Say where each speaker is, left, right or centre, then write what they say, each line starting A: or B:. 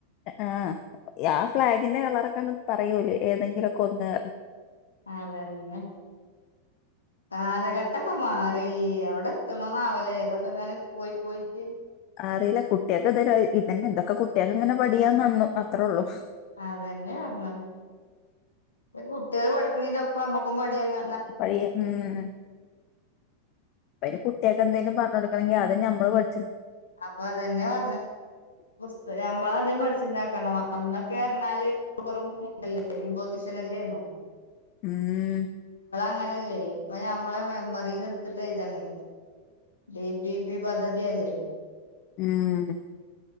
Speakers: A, on the left (about 40°); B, on the left (about 75°).
A: ആഹ് യാ ഫ്ളാഗിന്റെ കളറൊക്കങ്‌ പറയോല് ഏതെങ്കിലൊക്കെ ഒന്ന്
B: അതന്നെ കാലഘട്ടൊക്കെ മാറി എവിടെത്ണോവാവലെ തൊക്കെങ്ങനെ പോയി പോയിട്ട്
A: അറിയില്ല കുട്ട്യേക്കൊക്കെതായ് ഇതന്നെ എന്തൊക്കെ കുട്ട്യേക്ക്ങ്ങനെ പഠിയാൻ വന്നു അത്രേ ഉള്ളു
B: അതന്നെ അർഞ്ഞാഹ് പം കുട്ട്യേള് പഠിക്ണേന്റെപ്പ അമ്മക്കും പടിയെങ്ങ
A: പ്പയിയ ഉം ഉം പ്പയ്ന് കുട്ട്യേക്കെന്തേലും പർഞ്ഞോട് പ്പതെന്നെ അത് ഞമ്മളു പട്
B: അപ്പൊ അതന്നെ പർഞ്ഞഹ് പുസ്തകമ്മളാദ്യം പഠിച്ചിണ്ടാക്കണം അന്ന തേർഞ്ഞാല് <unintelligible> മ്പോതിഷനല്ലേന്നോ
A: ഉം
B: അങ്ങനല്ലേ ഇപ്പൊ ഞമ്മളെ മെമ്മറിന്ന് എടുത്തിട്ട് എയ്താണേ ബി പി പി പദ്ധതിയല്ലേ
A: ഉം